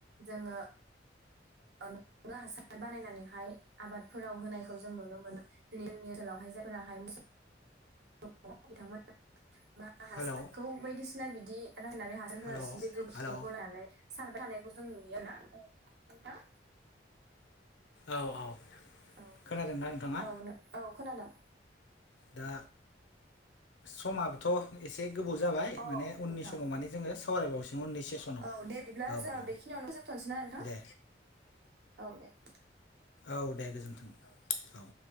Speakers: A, on the right (about 65°); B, on the left (about 80°).
A: जोङो नयावनो हासार बानायनानैहाय आबादफोराव होनायखौ जों नुनो मोनो। दिनै जोंनि ओनसोलावहाय जायफोराहाय मुस <unintelligible> दङ बिथांमोना बा हासारखौ
B: हेलौ
A: बायदिसिना बिदि राननानै हासार
B: हेलौ
A: होयासिनो बे गोबोर
B: हेलौ
A: खिखौ लायनानै सारबाय थानायखौ जों नुयो ना? नोंथां
B: औ औ
A: औ
B: खोनादोंना नोंथाङा?
A: औ औ नों खोनादों
B: दा समाबो थ' एसे गोबाव जाबाय
A: औ
B: माने
A: औ नोंथां
B: उननि समाव माने जोङो सावरायबावसिगोन उननि सेसनाव
A: औ दे बिदिब्ला
B: औ
A: जों
B: औ
A: बेखिनियावनो होजोबथ'नोसै न नोंथां
B: दे
A: औ दे
B: औ दे गोजोन्थों औ